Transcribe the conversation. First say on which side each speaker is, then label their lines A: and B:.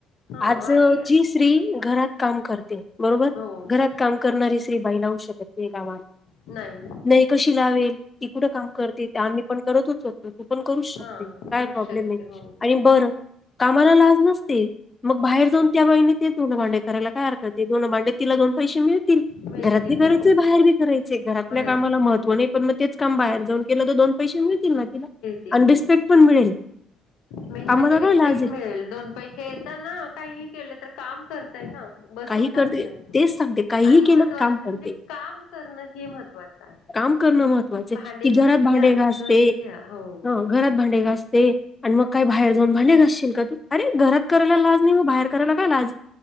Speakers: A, on the left; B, on the left.
A: हा
B: आज
A: आणि
B: जी स्त्री घरात काम करते,, बरोबर,,
A: हो
B: घरात कामऽ करणारी स्री, बाईला लावू शकत नाही कामातऽ
A: नाही,
B: नाही कशी लावेल,, ती कुठं काम करते, ते आम्ही पण करतच होतोऽ तू पण करूच शकते,,
A: हा
B: काय
A: करू
B: प्रॉब्लेम
A: शकते
B: नाही,,
A: हो
B: आणि बरं, कामाला लाज नसते,, मग बाहेर जाऊन त्या बाईने ते धुनं भांडे करायला काय हरकतये,, ते धुनं भांडे, तिला दोन पैसे मिळतऽ
A: मिळतील
B: घरात बी करायच,
A: हो
B: बाहेर बी करायचे, घरातल्या
A: बाहेर
B: कामाला महत्त्वानै पण मग तेच काम बाहेर जाऊन केलं, तर दोन पैसे मिळतील ना तिला,,
A: तील
B: आणि
A: हो,,,
B: रिस्पेक्ट पण मिळेल
A: मेन
B: कामाला
A: म्हणजे
B: काय
A: रिस्पेक्ट
B: लाज आहे
A: मिळेल, दोन पैऽ ता ना,, काही ही केलं तर काम करतय ना,, बसून
B: काही
A: खात
B: करते
A: नाही तुम्ही,
B: तेच सांगते काहीही
A: आणि महत्त्वाचं
B: केलं काम करते
A: म्हणजे काम करणं हे महत्त्वाचं आहे.
B: काम करणं महत्त्वाचं
A: भांडे
B: य, ती
A: घासू
B: घरात भांडे
A: द्या
B: घासते,
A: धुनं धुऊ द्या हो
B: हं. घरात भांडे घासते, आणि मग काय बाहेर जाऊन भांडे घ असशील का तू? अरे घरात करायला लाज नाही,, मग बाहेर करायला का लाज.